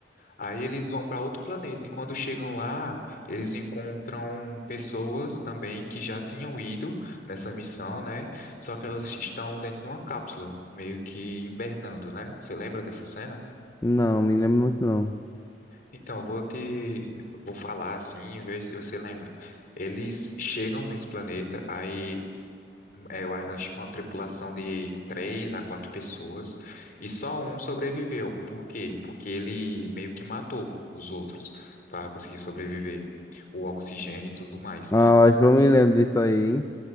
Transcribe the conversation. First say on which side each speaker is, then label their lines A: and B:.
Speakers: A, on the left; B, on the left.
A: Aí eles vão para outro planeta e quando chegam lá, eles encontram pessoas também que já tinham ido nessa missão, né? Só que elas estão dentro de uma cápsula, meio que hibernando, né? Você lembra dessa cena?
B: Não, me lembro muito não.
A: Então, vou te vou falar assim e ver se você lembra. Eles chegam nesse planeta, aí é, eu a- acho que uma tripulação de três a quatro pessoas e só um sobreviveu. Por quê? Porque ele meio que matou os outros para conseguir sobreviver. O oxigênio e tudo mais.
B: Ah, acho que eu me lembro disso aí, hein?